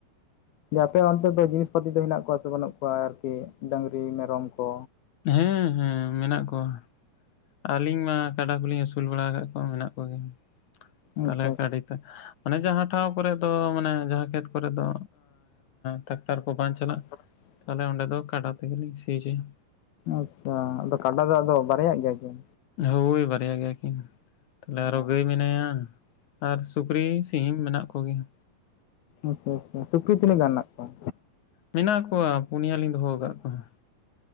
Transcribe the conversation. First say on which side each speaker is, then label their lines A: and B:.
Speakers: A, on the left; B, on the left.
A: ᱟᱯᱮ ᱚᱱᱛᱮ ᱫᱚ ᱡᱤᱱᱤᱥ ᱯᱟᱛᱤ ᱫᱚ ᱦᱮᱱᱟᱜ ᱠᱚᱣᱟ ᱥᱮ ᱵᱟᱹᱱᱩᱜ ᱠᱚᱣᱟ ᱟᱨᱠᱤ ᱰᱟᱹᱝᱨᱤ ᱢᱮᱨᱚᱢ ᱠᱚ?
B: ᱦᱮᱸ ᱦᱮᱸ ᱢᱮᱱᱟᱜ ᱠᱚᱣᱟ ᱟᱹᱞᱤᱧ ᱢᱟ ᱠᱟᱰᱟ ᱠᱚᱞᱤᱧ ᱟᱹᱥᱩᱞ ᱵᱟᱲᱟ ᱟᱠᱟᱫ ᱠᱚᱣᱟ ᱢᱮᱱᱟᱜ ᱠᱚᱜᱮᱭᱟ ᱛᱟᱦᱚᱞᱮ
A: ᱟᱪᱪᱷᱟ
B: ᱠᱟᱹᱰᱤ ᱛᱚ ᱢᱟᱱᱮ ᱡᱟᱦᱟᱸ ᱴᱷᱟᱶ ᱠᱚᱨᱮ ᱫᱚ ᱢᱟᱱᱮ ᱡᱟᱦᱟᱸ ᱠᱷᱮᱛ ᱠᱚᱨᱮ ᱫᱚ ᱴᱨᱟᱠᱴᱟᱨ ᱠᱚ ᱵᱟᱝ ᱪᱟᱞᱟᱜ
A: ᱦ
B: ᱛᱟᱦᱚᱞᱮ ᱚᱸᱰᱮ ᱫᱚ ᱠᱟᱰᱟ ᱛᱮᱜᱮᱞᱤᱧ ᱥᱤᱪᱚᱭᱟ
A: ᱟᱪᱪᱷᱟ ᱟᱫᱚ ᱠᱟᱰᱟ ᱫᱚ ᱟᱫᱚ ᱵᱟᱨᱭᱟᱜ ᱜᱮᱭᱟ ᱠᱤᱱ?
B: ᱦᱳᱭ ᱵᱟᱨᱭᱟ ᱜᱮᱭᱟ ᱠᱤᱱ ᱛᱟᱦᱚᱞᱮ ᱟᱨᱚ
A: ᱚ
B: ᱜᱟᱹᱭ ᱢᱮᱱᱟᱭᱟ ᱟᱨ ᱥᱩᱠᱨᱤ ᱥᱤᱢ ᱢᱮᱱᱟᱜ ᱠᱚᱜᱮᱭᱟ
A: ᱟᱪᱪᱷᱟ ᱟᱪᱪᱷᱟ ᱥᱩᱠᱨᱤ ᱛᱤᱱᱟᱹᱜ ᱜᱟᱱ ᱦᱮᱱᱟᱜ ᱠᱚᱣᱟ?
B: ᱢᱮᱱᱟᱜ ᱠᱚᱣᱟ ᱯᱩᱱᱭᱟ ᱞᱤᱧ ᱫᱚᱦᱚ ᱟᱠᱟᱫ ᱠᱚᱣᱟ